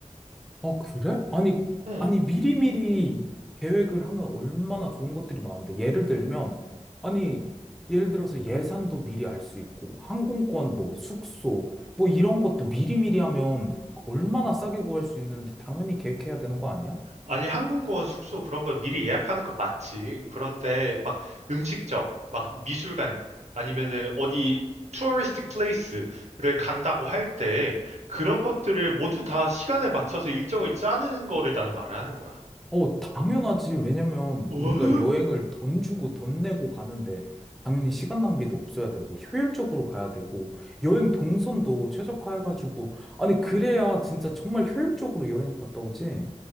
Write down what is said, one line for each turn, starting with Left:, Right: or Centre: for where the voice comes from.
Centre: 아, 그래? 아니,
Right: 응.
Centre: 아니, 미리미리 계획을 하면 얼마나 좋은 것들이 많은데. 예를 들면, 아니, 예를 들어서 예산도 미리 알 수 있고, 항공권, 뭐, 숙소, 뭐, 이런 것도 미리미리 하면 얼마나 싸게 구할 수 있는데, 당연히 계획해야 되는 거 아니야?
Right: 아니, 항공권 숙소 그런 거 미리 예약하는 거 맞지. 그런데 막 음식점, 막 미술관 아니면은 어디 투어리스틱 플레이스를 간다고 할 때 그런 것들을 모두 다 시간에 맞춰서 일정을 짜는 거를 나는 말을 하는 거야.
Centre: 어, 당연하지. 왜냐면
Right: 어?
Centre: 우리가 여행을 돈 주고 돈 내고 가는데 당연히 시간 낭비도 없어야 되고 효율적으로 가야 되고 여행 동선도 최적화해가지고 아니 그래야 진짜 정말 효율적으로 여행 갔다 오지.